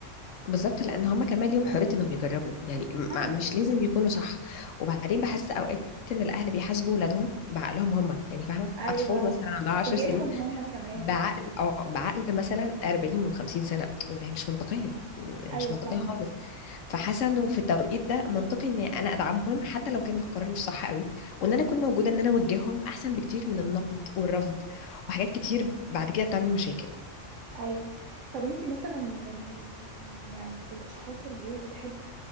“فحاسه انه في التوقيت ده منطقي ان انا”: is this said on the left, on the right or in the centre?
Left